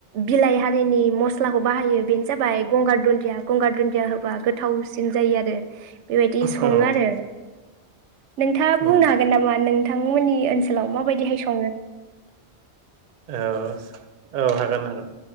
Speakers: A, on the right (about 80°); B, on the right (about 50°).
A: बिलाइ हारिनि मस्ला बाहायो बेनो जाबाय गंगार दुन्दिया गंगार दुन्दिया होबा गोथावसिन जायो आरो बेबायदि सङो
B: औ
A: आरो नोंथाङा
B: उम
A: बुंनो हागोन नामा नों बिथांमोननि ओनसोलाव माबायदिहाय सङो?
B: औ औ हागोन हागोन।